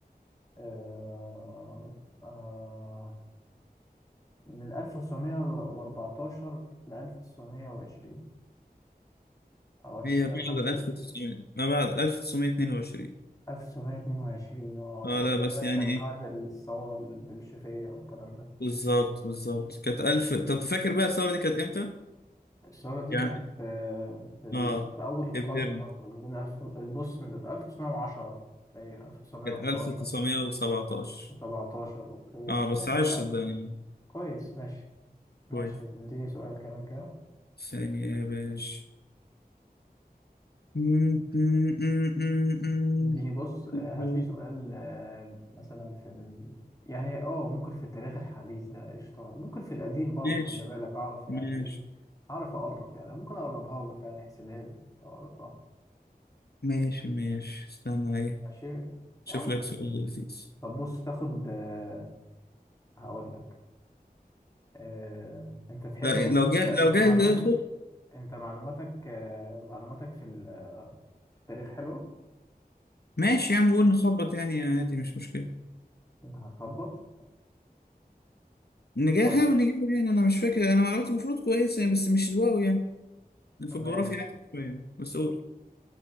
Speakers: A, on the left (about 20°); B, on the left (about 80°).
A: آه... آه... من 1914 ل 1920 أو 1925
B: هي بعد 1900 ما بعد 1922
A: 1922 اه
B: اه لا
A: تقريبا
B: بس يعني
A: كان
B: ايه
A: بعد الثورة البلشفية والكلام ده
B: بالظبط بالظبط كانت 1000 طب تفكر بقى الثورة دي كانت امتى؟
A: الثورة دي
B: يعني
A: كانت آه، في, ال...
B: اه
A: في أول القرن
B: ابهرني
A: برضه ما بين ألف البص من 1910 باين 1911
B: كانت 1917
A: و17 أوكي
B: اه بس
A: ماشي
B: عايش
A: يعني
B: صدقني
A: كويس ماشي ماشي
B: كويس
A: اديني سؤال كمان كده
B: ثانية يا باشا م- م- م- م-
A: اديني بص آه،
B: م.
A: هات لي سؤال آه، مثلا في ال... يعني اه ممكن في التاريخ الحديث ده قشطة وممكن في القديم برضه
B: ماشي
A: خلي بالك أعرف يعني
B: ماشي
A: إيه أعرف أقرب يعني ممكن أقربها لك يعني احسبها لي لو قربتها
B: ماشي ماشي استنى ايه
A: ماشي
B: شوف
A: يعني
B: لك سؤال لذيذ
A: طب بص تاخد آه، هقول لك آه، انت تحب
B: لا
A: برضو
B: لو
A: انت
B: جاء
A: انت
B: لو جاء
A: معلوماتك
B: ياخد
A: انت معلوماتك آه، معلوماتك في ال- في التاريخ حلوة
B: ماشي يا عم قول نخبط يعني عادي مش مشكلة
A: هتخبط
B: نجاح
A: طيب
B: حاول نجيبه يعني انا مش فاكر انا معلوماتي المفروض كويسة يعني بس مش الواو يعني أنا في الجغرافيا
A: ماشي
B: احسن شوية بس قول